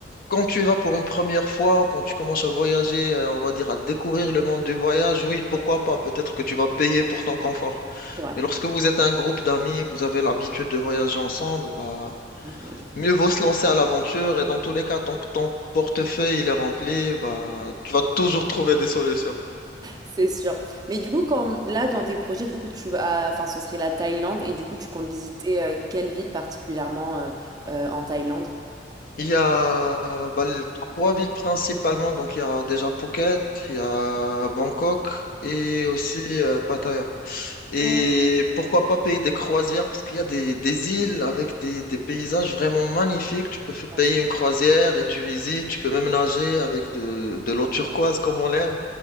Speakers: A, on the left (about 50°); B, on the right (about 20°).
A: quand tu vas pour une première fois ou quand tu commences à voyager, euh, on va dire à découvrir le monde du voyage, oui, pourquoi pas? Peut-être que tu vas payer pour ton confort.
B: C'est vrai.
A: Mais lorsque vous êtes un groupe d'amis et que vous avez l'habitude de voyager ensemble, bah
B: Mm, mm, mm.
A: mieux vaut se lancer à l'aventure. Et dans tous les cas, tant que ton portefeuille il est rempli, bah tu vas toujours trouver des solutions.
B: C'est sûr. Mais du coup, quand là, dans tes projets, du coup, tu vas, enfin, ce serait la Thaïlande et du coup, tu comptes visiter euh, quelle ville particulièrement euh, euh, en Thaïlande?
A: Il y a euh, bah, le- trois villes principalement, donc il y a déjà Phuket, il y a Bangkok et aussi euh, Pattaya. Et
B: Oh.
A: pourquoi pas payer des croisières? Parce qu'il y a des, des îles avec des, des paysages vraiment magnifiques. Tu peux f-
B: Ah,
A: payer
B: c'est-
A: une croisière et tu visites. Tu peux même nager avec de, de l'eau turquoise comme on l'aime.